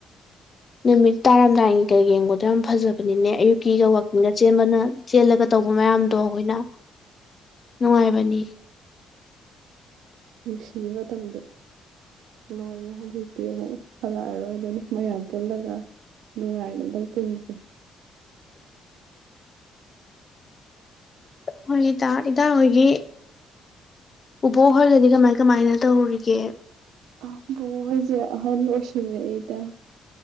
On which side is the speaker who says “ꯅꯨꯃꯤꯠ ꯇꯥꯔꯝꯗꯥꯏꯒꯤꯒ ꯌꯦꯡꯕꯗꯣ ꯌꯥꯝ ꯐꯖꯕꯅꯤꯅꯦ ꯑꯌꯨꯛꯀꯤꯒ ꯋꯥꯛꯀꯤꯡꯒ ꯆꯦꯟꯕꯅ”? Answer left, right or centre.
Left